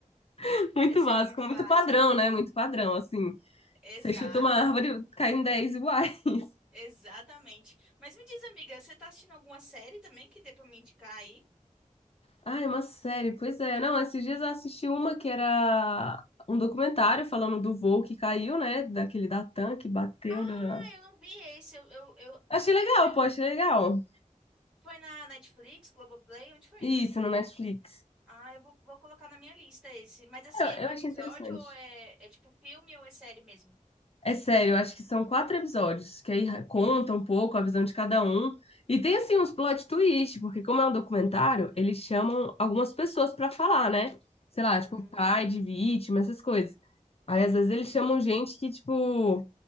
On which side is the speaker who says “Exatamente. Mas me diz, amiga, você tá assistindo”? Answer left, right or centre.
Centre